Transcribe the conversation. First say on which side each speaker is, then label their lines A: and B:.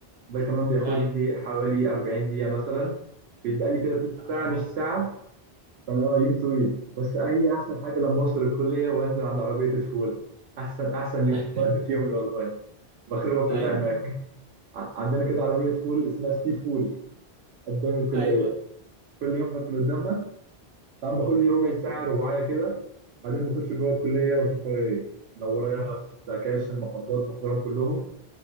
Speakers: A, on the right (about 85°); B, on the right (about 45°).
A: ده كمان بياخد
B: ايوه
A: لي حوالي 40 دقيقه مثلا بيتبقى لي كده تلت ساعه
B: يا نهار ابيض
A: نص ساعه فانا آه، يوم طويل بس هي احسن حاجه لما بوصل الكليه وانزل عند عربيه الفول احسن احسن يوم
B: <laughs>
A: وقت في يومي والله بخربها كلها
B: ايوه
A: هناك ع- عندنا كده عربيه فول اسمها سي فول قدام الكليه
B: ايوه
A: كل يوم باكل قدامها طبعا باخد لي ربع ساعه رباعيه كده بعدين بخش جوه الكليه واشوف ورايا ايه لو ورايا سكاشن محاضرات بحضرهم كلهم